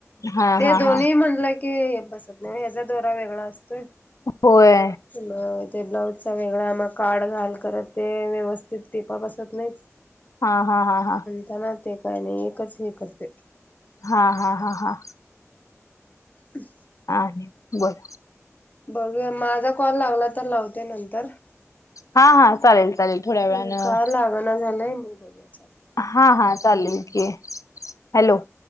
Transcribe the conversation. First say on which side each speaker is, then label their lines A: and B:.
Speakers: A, on the left; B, on the left.
A: हा
B: ते
A: हा
B: दोन्ही
A: हा
B: म्हणलं हे बसत नाही याचा दोरा वेगळा असतोय.
A: होय.
B: मग ते ब्लाऊजचा वेगळा मग काड घाल करत ते व्यवस्थित टिपा बसत नाही.
A: हा हा हा हा.
B: त्यांना ते काय नाही एकच हे करते.
A: हा हा हा हा.
B: हमं.
A: ह बोल.
B: बघूया माझा कॉल लागला तर लावते नंतर.
A: हा हा चालेल चालेल. थोड्या वेळानं
B: अ का लागना झालंय मग बघाय चाल.
A: हा हा चालेल कि हॅलो!